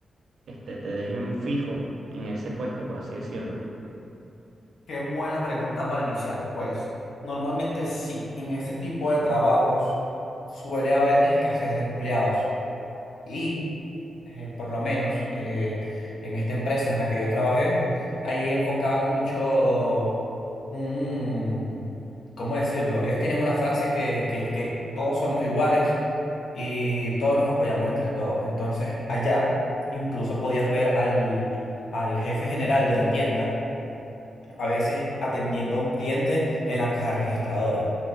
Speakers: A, on the right; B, on the left.
A: este, te dejen fijo en ese puesto, por así decirlo.
B: Qué buena pregunta para iniciar. Pues normalmente sí, en ese tipo de trabajos suele haber escasez de empleados. Y eh, por lo menos eh, en esta empresa en la que yo trabajé, ahí enfocaban mucho un, ¿cómo decirlo? Ellos tienen una frase que, que es que todos somos iguales y todos nos apoyamos entre todos. Entonces, allá incluso podías ver al, al jefe general de la tienda, a veces atendiendo a un cliente en la caja registradora.